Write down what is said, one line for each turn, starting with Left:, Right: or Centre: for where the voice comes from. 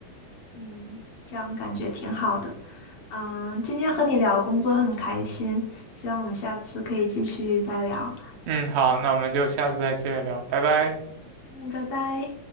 Left: 嗯，这样感觉挺好的。嗯，今天和你聊工作很开心，希望我们下次可以继续再聊。
Right: 嗯，好，那我们就下次再接着聊，拜拜。
Left: 嗯，拜拜。